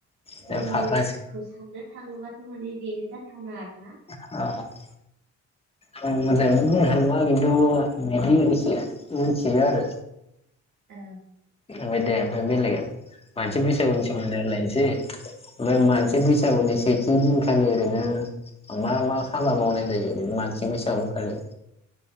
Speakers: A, on the right; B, on the left.
A: गोदोनिखौ
B: द फाख्रा
A: साननो थाङोबाथ' माने बेनो जाथावना
B: <unintelligible>
A: आरोना
B: औ मोजाय बुंनो हया खिन्थु बिदिनो एसे मिथियो आरो
A: ओ
B: माय दे ओमफ्राय बेलग मानसि फैसागुनि सोमोन्दै रायलायसै बे मानसि बैसागुनि सेथि दिनखालि ओरैनो मा मा हाबा मावनाय जायो ओरैनो मानसि बैसागु खालि